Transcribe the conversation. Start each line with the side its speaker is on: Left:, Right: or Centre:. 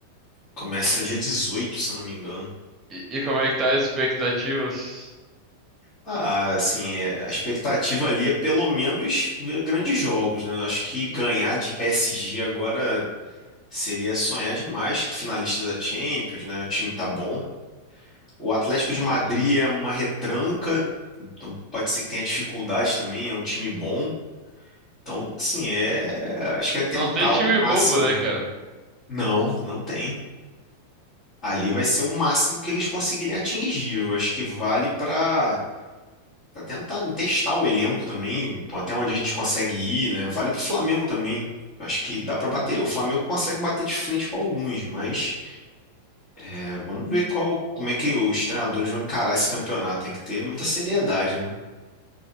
Left: Começa dia dezoito, se eu não me engano.
Right: E, e como é que tá as expectativas?
Left: Ah, assim, é, a expectativa ali é pelo menos ver grandes jogos, né? Eu acho que ganhar de PSG agora seria sonhar demais, que finalista da Champions, né? O time tá bom. O Atlético
Right: Uhum.
Left: de Madrid é uma retranca, então pode ser que tenha dificuldade também, é um time bom. Então, assim, é, acho que é tentar
Right: Não tem time
Left: o máximo.
Right: bobo, né, cara?
Left: Não, não tem. Ali vai ser o máximo que eles conseguirem atingir. Eu acho que vale para tentar testar o elenco também, pô, até onde a gente consegue ir, né? Vale para o Flamengo também. Eu acho que dá para bater.
Right: Hum,
Left: O Flamengo consegue bater de frente com alguns, mas é, vamos ver qual, como é que os treinadores vão encarar esse campeonato. Tem que ter muita seriedade, né?